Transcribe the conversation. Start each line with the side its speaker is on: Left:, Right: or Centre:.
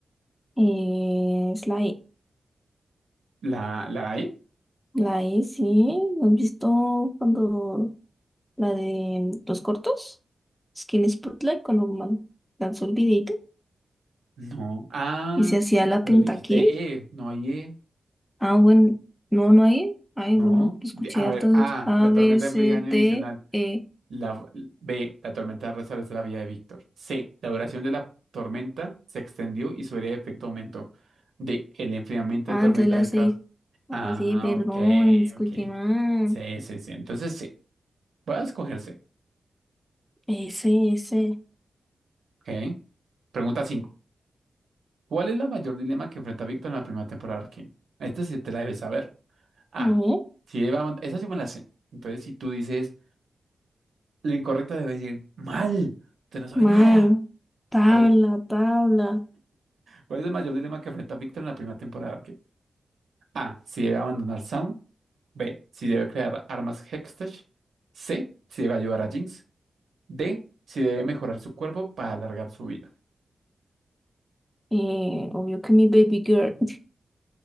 Centre: Eh, es la I.
Right: ¿La, la E?
Centre: La I, sí, ¿has visto cuando la de los cortos? Skin Spotlight cuando man- lanzó el videito
Right: No. Ah,
Centre: y se hacía la
Right: pero
Centre: tentaquil.
Right: dijiste E, no hay E.
Centre: Ah, bueno, no, no hay. Ay,
Right: No.
Centre: bueno, escuché
Right: A
Centre: hartas
Right: ver,
Centre: otras.
Right: A.
Centre: A,
Right: La tormenta
Centre: B, C,
Right: implica daño
Centre: D,
Right: adicional.
Centre: E.
Right: La, B. La tormenta restablece la vida de Víctor. C. La duración de la tormenta se extendió y su área de efecto aumentó. D. El enfriamiento
Centre: Ah,
Right: de tormenta
Centre: entonces la
Right: del
Centre: C.
Right: caos. Ah,
Centre: Así, perdón,
Right: ok,
Centre: escuché
Right: ok.
Centre: mal.
Right: Sí, sí, sí. Entonces, sí. Voy a escoger C.
Centre: S, S.
Right: Ok. Pregunta cinco. ¿Cuál es la mayor dilema que enfrenta Víctor en la primera temporada de Arcane? Esta sí te la debes saber. A.
Centre: No,
Right: Si lleva, esa sí me la sé. Entonces, si tú dices lo incorrecto, debes decir mal. Usted no sabe
Centre: mal.
Right: nada.
Centre: Tabla,
Right: ¿Cuál es?
Centre: tabla.
Right: ¿Cuál es el mayor dilema que enfrenta Víctor en la primera temporada de Arcane? A. Si debe abandonar Sound. B. Si debe crear armas Hextech. C. Si debe ayudar a Jinx. D. Si debe mejorar su cuerpo para alargar su vida.
Centre: Eh, obvio que mi baby girl